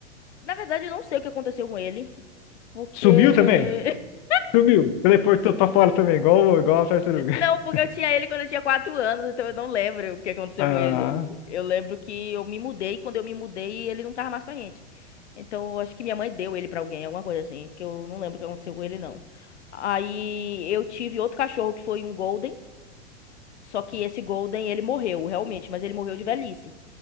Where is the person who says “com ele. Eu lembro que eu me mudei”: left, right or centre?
Left